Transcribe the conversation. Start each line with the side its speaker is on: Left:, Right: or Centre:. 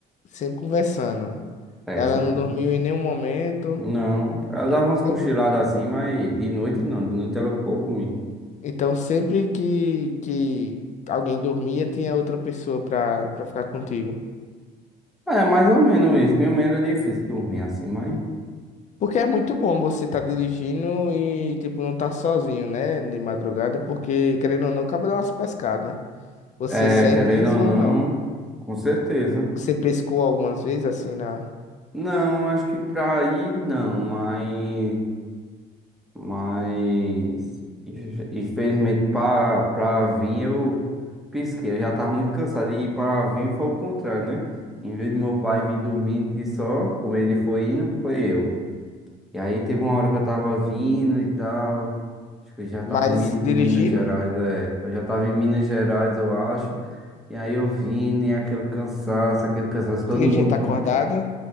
Left: Sempre conversando.
Centre: É,
Left: Ela
Centre: Essa,
Left: não
Centre: pô.
Left: dormiu em nenhum momento.
Centre: não, ela dava uns
Left: nem
Centre: cochilados
Left: co-
Centre: assim, mas de noite não, de noite ela ficou comigo.
Left: Então, sempre que, que alguém dormia, tinha outra pessoa pra, pra ficar contigo.
Centre: É, mais ou menos isso, minha mãe era difícil dormir assim, mas,
Left: Porque é muito bom você tá dirigindo e, tipo, não tá sozinho, né? De madrugada, porque, querendo ou não, acaba dando umas pescadas. Você
Centre: é,
Left: sente
Centre: querendo
Left: isso
Centre: ou não,
Left: ou não?
Centre: com certeza.
Left: Você pescou algumas vezes, assim, na...
Centre: Não, acho que pra ir não, mas... Mas inf- infelizmente para para vir eu pisquei. Eu já tava muito cansado e para vir foi o contrário, né? Em vez de meu pai vir dormindo de só, como ele foi indo, foi eu. E aí teve uma hora que eu tava vindo e tal. Acho que eu já tava
Left: Mas
Centre: em, Min- em
Left: dirigir
Centre: Minas Gerais, é. Eu já tava em Minas Gerais, eu acho. E aí eu vim e aquele cansaço, aquele cansaço, todo
Left: Tinha gente
Centre: mundo
Left: acordada.